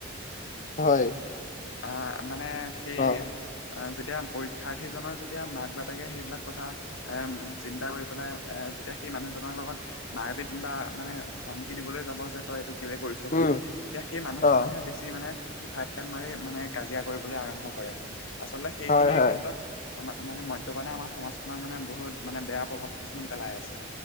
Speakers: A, on the left; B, on the left.
A: হয়।
B: আঁ মানে সেই
A: অ
B: আ- যেতিয়া পৰীক্ষাৰ্থীজনৰ যেতিয়া মাক-বাপেকে সেইবিলাক কথা এ--ম চিন্তা কৰিপেলাই এ--যেতিয়া সেই মানুহজনৰ লগত মাৰপিত বা মানে ধমকি দিবলৈ যাব যে তই এইটো কেলে কৰিছ
A: উম
B: বুলি। তেতিয়া সেই মানুহজনৰহে
A: অ
B: বেছি মানে, উফাইদাং মাৰি মানে কাজিয়া কৰিবলৈ আৰম্ভ কৰে। আচলতে সেইখিনিৰ
A: হয় হয়
B: ক্ষেত্ৰত আমা মানে মদ্যপানে আমাৰ সমাজখনত মানে, বহুত মানে বেয়া প্ৰভাৱ কিছুমান পেলাই আছে।